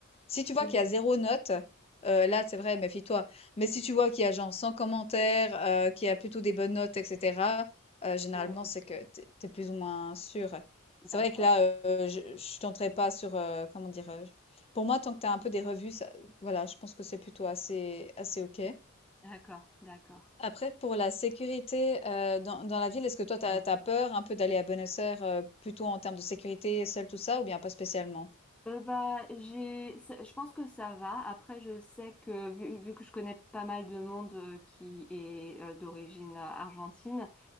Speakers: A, on the left; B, in the centre.
A: si tu vois
B: Oui,
A: qu'il y a zéro note, heu, là, c'est vrai, méfie-toi. Mais si tu vois qu'il y a genre 100 commentaires, heu, qu'il y a plutôt des bonnes notes et cetera, heu, généralement,
B: hmm,
A: c'est que t'es es plus ou moins sûr. C'est
B: d'accord,
A: vrai que là, heu, je je tenterai pas sur, heu, comment dire? Heu, pour moi, tant que tu as un peu des revues, voilà, je pense que c'est plutôt assez assez OK.
B: d'accord, d'accord. <clears throat>
A: Après, pour la sécurité, heu, dans dans la ville, est-ce que toi, tu
B: Hmm.
A: as peur un peu d'aller à Buenos Aires, heu, plutôt en termes de sécurité, seule, tout ça, ou bien pas spécialement?
B: Euh, bah, j'ai, c'est- je pense que ça va. Après, je sais que vu, vu que je connais pas mal de monde euh, qui est euh, d'origine euh, argentine,